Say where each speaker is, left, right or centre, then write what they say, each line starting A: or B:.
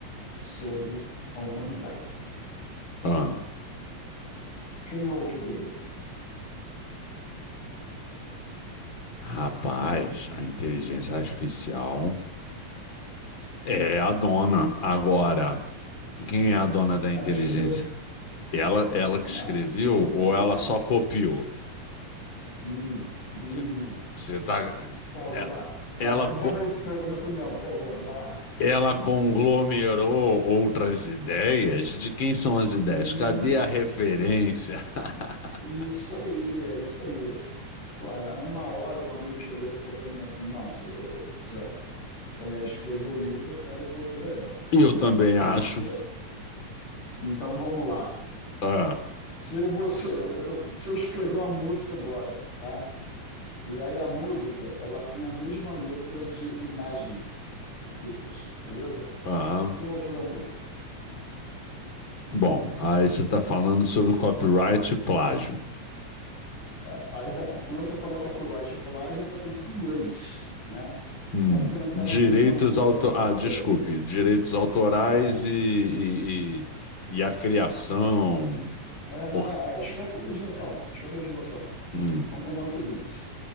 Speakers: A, on the left (about 80°); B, on the left (about 40°).
A: sobre a humanidade.
B: Ah,
A: Quem é o autor do livro?
B: rapaz, a inteligência artificial é a dona. Agora, quem é a dona da
A: Ela
B: inteligência?
A: escreveu?
B: Ela, ela que
A: Não,
B: escreveu
A: tem
B: ou
A: isso também.
B: ela só copiou?
A: Hum, hum. hum.
B: Você, você tá.
A: Por favor,
B: é-
A: vai,
B: Ela,
A: vai, desenvolve
B: co-
A: aí para a minha opinião, por favor. Vai lá.
B: ela conglomerou outras ideias? De quem são as ideias?
A: Hum,
B: Cadê a referência? <laughs>
A: isso aí, é isso aí. Pô, na mesma hora, um amigo chegou e falou para mim assim: não, se, o- se, a, se a Yas escreveu o livro, é claro que a autora é ela,
B: Eu
A: né?
B: também acho.
A: Só- Então vamos lá.
B: Ah,
A: Se você, eu, eu- se eu escrever uma música agora, tá? E aí a música, ela tem a mesma letra de Imagine dos Beatles, beleza?
B: aham.
A: Quem é o autor da música?
B: Bom, aí você está falando sobre copyright e plágio.
A: É, Aí, bom, quando você fala copyright e plágio, você está pensando em leis, né?
B: Hum,
A: Mas vamos pensar
B: direitos
A: na questão filosófica
B: auto... Ah,
A: da coisa.
B: desculpe, direitos autorais
A: É,
B: e, e, e, e a criação.
A: é,
B: Por...
A: não, não, é, esquece a legislação, esquece a legislação.
B: Hum,
A: Vamos pensar no seguinte: